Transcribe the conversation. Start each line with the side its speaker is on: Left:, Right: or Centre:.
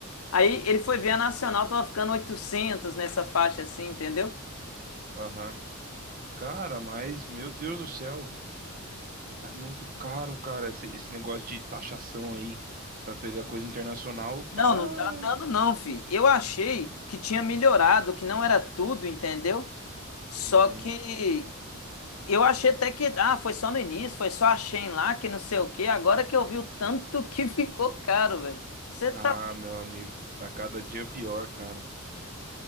Left: Aí ele foi ver a nacional, tava ficando 800 nessa faixa assim, entendeu?
Right: Aham. Cara, mas, meu Deus do céu, tá muito caro, cara, esse, esse negócio de taxação aí pra pegar coisa internacional,
Left: Não,
Right: tá.
Left: não tá dando não, fi. Eu achei que tinha melhorado, que não era tudo, entendeu? Só
Right: Uhum.
Left: que eu achei até que, ah, foi só no início, foi só a Shein lá, que não sei o quê. Agora que eu vi o tanto que ficou caro, velho. Você
Right: Ah,
Left: tá
Right: meu amigo, tá cada dia pior, cara.